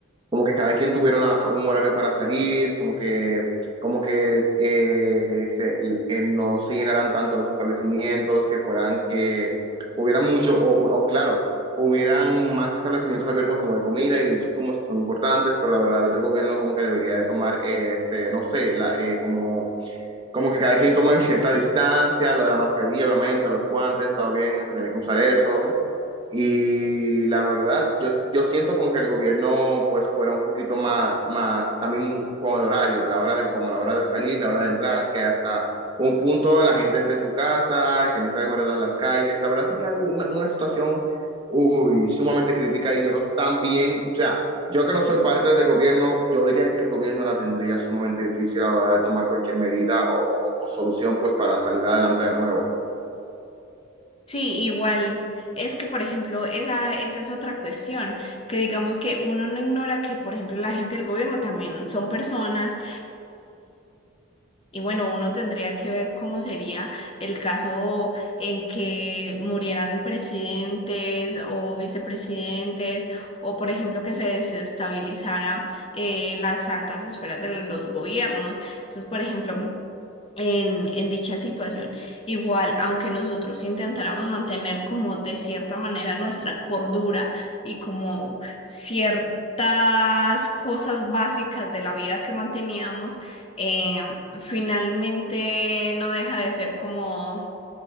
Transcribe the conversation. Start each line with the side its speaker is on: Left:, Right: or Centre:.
Right: como que cada quien tuviera una- un horario para salir, como que, como que eh, se- eh, no se llenaran tanto los establecimientos, que fueran que hubieran mucho, o, o claro, hubieran más establecimientos abiertos como de comida y de insumos que son importantes, pero la verdad el gobierno como que debería de tomar, eh, este, no sé, la, eh, como como que cada quien tome cierta distancia, lo de la mascarilla, obviamente, los guantes, todo bien, eso, tiene que usar eso. Y la verdad, yo, yo siento como que el gobierno pues fuera un poquito más, más también con el horario, la hora de, como la hora de salir, la hora de entrar, que hasta un punto la gente está en su casa, que no está demorando en las calles. La verdad sería algo, una, una situación, uy, sumamente crítica y yo también, o sea, yo que no soy parte del gobierno, yo diría que el gobierno la tendría sumamente difícil a la hora de tomar cualquier medida o, o- o solución pues para salir adelante de nuevo.
Left: Sí, igual. Es que, por ejemplo, esa, esa es otra cuestión, que digamos que uno no ignora que, por ejemplo, la gente del gobierno también son personas Y bueno, uno tendría que ver cómo sería el caso en que murieran presidentes o vicepresidentes, o por ejemplo que se desestabilizara eh, las altas esferas de los gobiernos. Entonces, por ejemplo, en, en dicha situación. Igual, aunque nosotros intentáramos mantener como de cierta manera nuestra cordura y como ciertas cosas básicas de la vida que manteníamos, eh, finalmente no deja de ser como,